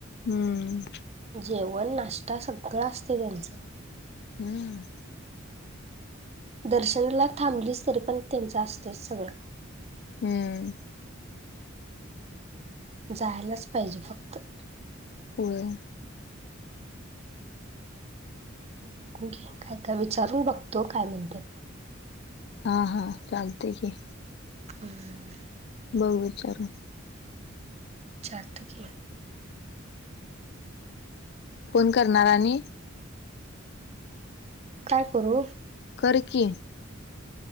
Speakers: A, on the left; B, on the right.
A: हम्म
B: जेवण नाश्ता सगळं असतय त्यांचं.
A: हम्म
B: दर्शनाला थांबलीस तरी पण त्यांचं असतयच सगळं.
A: हम्म
B: जायालाच पाहिजे फक्त.
A: होय
B: बघु की काय काय विचारून बघतो काय म्हणत्यात.
A: हा हां चालतय की.
B: हम्म
A: बघु विचारून.
B: विचारतो की.
A: फोन करणार आणि
B: काय करू?
A: कर की.